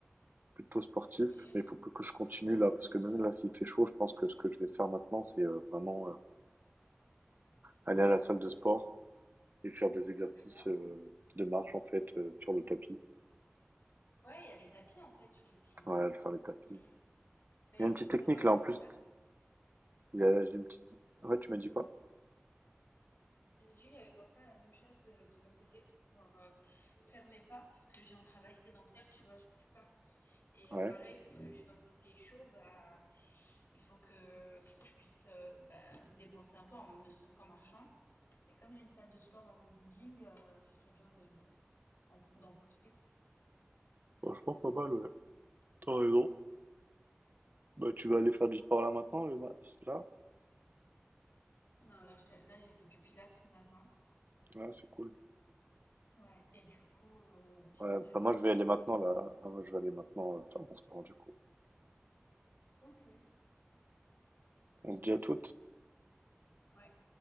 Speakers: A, on the right (about 45°); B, on the left (about 55°).
A: plutôt sportif,
B: Ok,
A: mais il faut que, que je continue là, parce que même là, s'il fait chaud, je pense que ce que je vais faire maintenant, c'est euh, vraiment euh, aller à la salle de sport et faire des exercices
B: d'accord.
A: euh, de marche en fait euh, sur le tapis.
B: Ouais, il y a les tapis, en fait, sur, tout simplement.
A: Ouais, faire les tapis.
B: Mm, mm.
A: Il
B: Bah écoute,
A: y a une petite technique
B: heu, ouais,
A: là
B: j'ai
A: en
B: pensé
A: plus.
B: à
A: Il y a j'ai une petite. Ouais, tu m'as dit quoi?
B: j'ai dit que j'avais pensé à la même chose de de mon côté pour pouvoir, heu, faire mes pas, parce que j'ai un travail sédentaire, tu vois, je bouge pas et
A: Ouais.
B: heu, pareil, vu que je Ouais. suis dans un pays chaud, bah, il faut que faut que je puisse, heu, bah, me dépenser un peu, en ne serait-ce qu'en marchant et comme j'ai une salle de sport dans mon building, heu, ce serait bien de d'en d'en profiter, quoi.
A: Franchement, pas mal, ouais. T'as raison. Bah, tu vas aller faire du sport là maintenant, le ma- là?
B: Non, là, je te là, j'ai fait du pilates ce matin,
A: Ouais, c'est cool.
B: ouais et du coup, heu, je
A: Ouais,
B: me prépare,
A: bah moi je vais
B: là,
A: aller
B: je
A: maintenant
B: me prépare.
A: là. Ah, moi je vais aller maintenant euh, faire mon sport du coup.
B: OK.
A: On se dit à toutes.
B: Ouais,